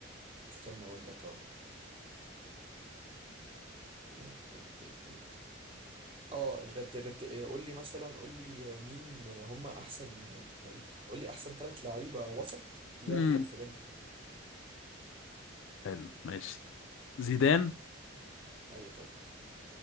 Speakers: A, on the right; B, on the left.
A: استنى اقول لك اهو إيه إيه إيه إيه. اه رت رت إيه، قول لي مثلا قول لي مين هم احسن يعني قول لي احسن ثلاث لعيبه وسط لعبوا
B: مم.
A: في ريال مدريد
B: حلو ماشي زيدان
A: ايوه طبعا